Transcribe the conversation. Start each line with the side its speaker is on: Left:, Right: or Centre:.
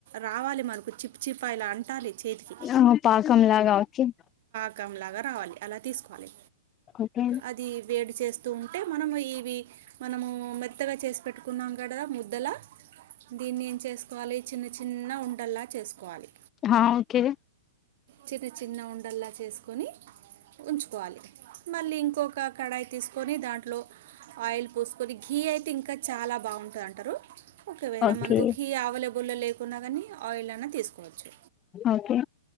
Right: రావాలి మనకు చిప్ చిప్ ఇలా అంటాలి చేతికి
Left: ఆ పాకం లాగా అవుతుందా
Right: పాకంలాగా రావాలి అలా తీసుకోవాలి
Left: ఓకే
Right: అది వేడిచే స్తూ ఉంటే మనము ఇవి మనము మెత్తగా చేసి పెట్టుకున్నాం కదా ముద్దల దీన్ని ఏం చేసుకోవాలి చిన్న చిన్న ఉండల్లా చేసుకోవాలి
Left: హా ఓకే
Right: చిన్న చిన్న ఉండల్లా చేసుకొని ఉంచుకోవాలి మళ్ళీ ఇంకొక కడాయి తీసుకొని దాంట్లో ఆయిల్ పోసుకొని ఘీ అయితే ఇంకా చాలా బాగుంటుంది అంటారు ఒకవేళ
Left: ఓకే
Right: మనకు ఘీ అవైలబుల్లో లేకున్నా కానీ ఆయిల్ అయినా తీసుకోవచ్చు
Left: ఓకే